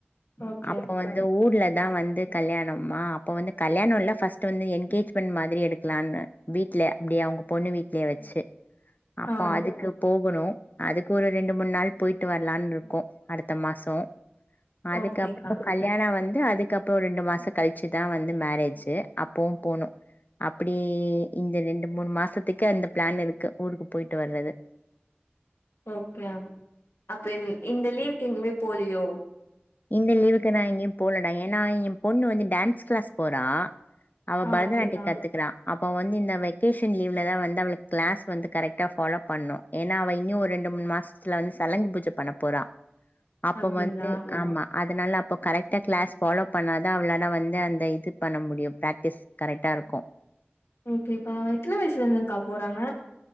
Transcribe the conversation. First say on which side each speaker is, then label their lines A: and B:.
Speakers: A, on the left (about 85°); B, on the left (about 45°).
A: ஓகே
B: அப்ப வந்து ஊர்ல தா வந்து கல்யாணம்மா அப்ப வந்து கல்யாணம்ல்ல ஃபர்ஸ்ட் வந்து என்கேஜ்மெண்ட் மாதிரி எடுக்கலான்னு வீட்டுல அப்படி அவங்க பொண்ணு வீடலயே வச்சு அப்போ
A: ஆ
B: அதுக்கு போகணு அதுக்கு ஒரு ரெண்டு மூணு நாள் போயிட்டு வரலான்னு இருக்கோம் அடுத்த மாசம் அதுக்கப்பறம்
A: ஓகேக்கா
B: கல்யாணம் வந்து அதுக்கு அதுக்கப்ப ரெண்டு மாச கழிச்சுதா வந்து மேரேஜு அப்பவு போனு அப்பிடி இந்த ரெண்டு மூணு மாசத்துக்கு அந்த பிளான் இருக்கு ஊருக்கு போயிட்டு வர்றது
A: ஓகே அப்ப இந் இந்த லீவுக்கு எங்கமே போலியோ
B: இந்த லீவுக்கு நா எங்கயு போலடா ஏன்னா எம் பொண்ணு வந்து டான்ஸ் கிளாஸ் போறா அவ
A: ஆ
B: பரதநாட்டிய
A: ஓகேக்கா
B: கத்துக்றா அப்ப வந்து இந்த வெக்கேஷன் லீவ்லதா வந்து அவளுக்கு கிளாஸ் வந்து கரெக்டா ஃபாலோ பண்ணு ஏன்னா அவ இன்னி ஒரு ரெண்டு மூணு மாசத்துல வந்து சலங்கு பூஜை பண்ண போறா அப்ப
A: அப்டிங்ளா
B: வந்து ஆமா அதனால அப்ப கரெக்டா கிளாஸ் ஃபாலோ பண்ணாதா அவளால வந்து அந்த இது பண்ண முடியு பிராக்டிஸ் கரெக்டா இருக்கு
A: ஓகேக்கா எத்தன வயசுல இருந்துங்க்கா போறாங்க